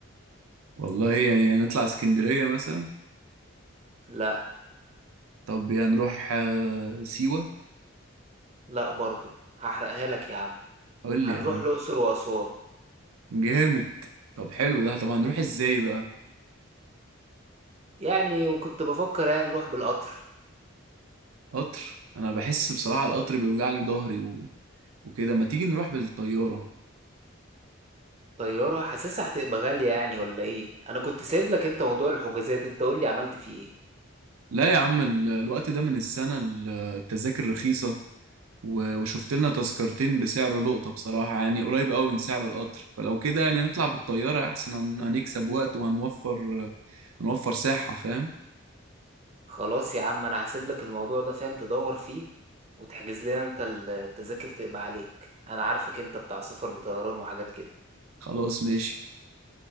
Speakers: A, on the right (about 85°); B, on the right (about 30°).
A: والله يعني نطلع اسكندرية مثلا
B: لا
A: طب يعني نروح آه، سيوة
B: لا برضو هحرقها لك يا عم
A: قول
B: هنروح
A: لي يا عم
B: الأقصر وأسوان
A: جامد طب حلو ده طب هنروح ازاي بقى
B: يعني وكنت بفكر يعني نروح بالقطر
A: قطر انا بحس بصراحة القطر بيوجع لي ظهري و... وكده ما تيجي نروح بالطيارة
B: طيارة حاسسها هتبقى غالية يعني ولا ايه انا كنت سايب لك انت موضوع الحجازات انت قول لي عملت فيه ايه
A: لا يا عم ال- الوقت ده من السنة ال- التذاكر رخيصة و... وشفت لنا تذكرتين بسعر لقطة بصراحة يعني قريب قوي من سعر القطر فلو كده يعني نطلع بالطيارة احسن هن... هنكسب وقت وهنوفر هنوفر ساحة فاهم
B: خلاص يا عم انا هسيب لك الموضوع ده فاهم تدور فيه وتحجز لنا انت التذاكر تبقى عليك انا عارفك انت بتاع سفر بطيران وحاجات كده
A: خلاص ماشي